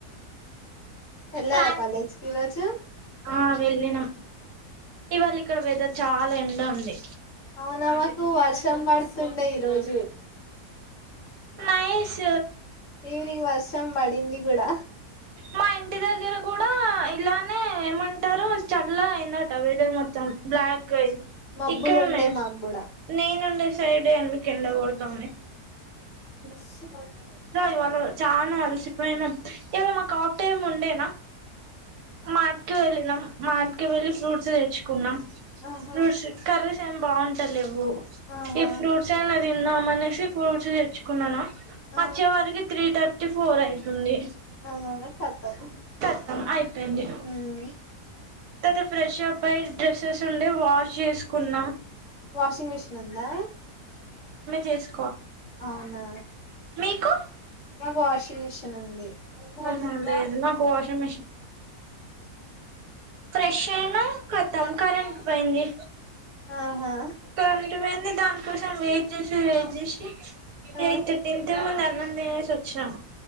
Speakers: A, on the left; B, on the right.
A: వెళ్ళావా
B: లాస్
A: కాలేజ్కి ఈ రోజు
B: ఆ వెళ్ళిన ఇవాళ ఇక్కడ వెదర్ చాలా ఎండ ఉంది
A: అవునా మ కు వర్షం పడుతుండే ఈ రోజు
B: మహేష్
A: ఈవినింగ్ వర్షం పడింది కూడా
B: మా ఇంటి దగ్గర కూడా ఇలానే ఏమంట టరు చల్ల్ వెదర్ మొత్తం బ్లాక్
A: మబ్బులు
B: ఇక్కడనే
A: ఉండే మాకు కూడా
B: నేను ఉ సైడ్ ఎందుకు ఎండ కొడుతుంది
A: స్స్
B: ఇవాళ చానా అలసిపొయినం ఇవాళ మాకు ఆఫ్ టైమ్ ఉండేనా మార్ట్ కి వెళ్ళినం మార్ట్ కి వెళ్లి ఫ్రూట్స్ తెచ్చు కున్నా
A: ఆహా
B: ఫ్రూట్స్ కర్రీస్ ఏం బావున్ ట్టలెవ్వు
A: ఆహా
B: ఈ ఫ్రూట్స్ ఏ <unintelligible> తిందాం అనేసి ఫ్రూట్స్ తెచ్చుకున్నానా వచ్చే
A: ఆ
B: వరకి త్రీ థర్టీ ఫోర్ ఐతుంది
A: అవునా కతం
B: చేత్తాం అయిపోయింది
A: మ్మ్
B: ట్టైతే ఫ్రెష్ అప్ అయి డ్రెస్సెస్ ఉండే వాష్ చేసుకున్నా
A: వాషింగ్ మిషన్ ఉందా
B: చేసు
A: అవునా
B: మీకు
A: మాకు వాషింగ్ మిషిన్ ఉంది ఉమ్మ్
B: ఆహా లేదు మాకు వాషింగ్ ఫ్రెషను ఖతం కరెంట్ పోయింది
A: ఆహా
B: కరెంట్ పోయింది దాని కోసం వెయిట్ చేసి వెయిట్ చేసి
A: ఆ
B: ఎయి <unintelligible> ఇంతకు ముందు అన్నం తినేేసి వచ్చాం